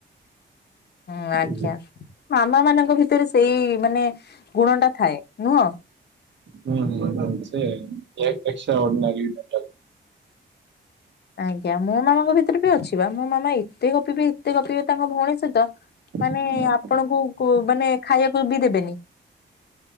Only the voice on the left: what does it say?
ହୁଁ ଆଜ୍ଞା।
ମାମାମାନଙ୍କ ଭିତରେ ସେଇ ମାନେ ଗୁଣଟା ଥାଏ ନୁହଁ?
ଆଜ୍ଞା। ମୋ ମାମାଙ୍କ ଭିତରେ ବି ଅଛି ବା, ମୋ ମାମା ଏତେ ଗପିବେ ଏତେ ଗପିବେ ତାଙ୍କ ଭଉଣୀ ସହିତ, ମାନେ
ଆପଣଙ୍କୁ କୁ-କୁ ମାନେ ଖାଇଆକୁ ବି ଦେବେନି।